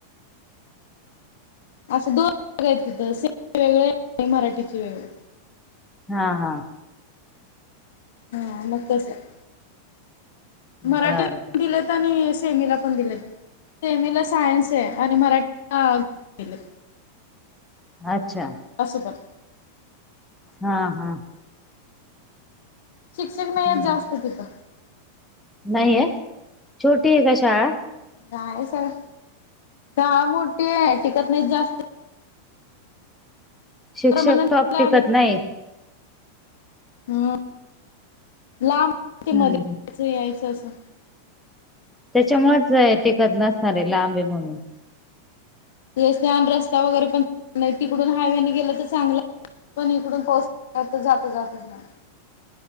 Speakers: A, on the left (about 55°); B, in the centre.
A: असं दोन आहेत तिथं सेमी वेगळे आणि मराठीचे वेगळे.
B: हा हा.
A: हां मग तसं. मराठीला
B: बर बर
A: दिले ते आणि सेमीला पण दिलेत. सेमीला सायन्स आहे आणि मराठी <inaudible> दिलंय.
B: अच्छा.
A: आसंपण.
B: हा हा.
A: शिक्षक नाहीयेत
B: हम्म.
A: जास्त तिथं.
B: नाहीये, छोटी आहे का शाळा?
A: नाही सगळं, शाळा मोठी आहे टिकत नाहीत जास्त.
B: शिक्षक
A: परमनंटला
B: टॉप टिकत
A: आहेत
B: नाही.
A: <unintelligible> हं लांब <unintelligible> ते
B: हम्म
A: मध्येच यायचं असं.
B: त्याच्यामुळेच टिकत नसणारे लांब हाय म्हणून.
A: एसट्या आणि रस्ता वगैरे पण तिकडून हायवेने गेलं तर चांगलं. पण इकडून पोचलं जात जातच नाही.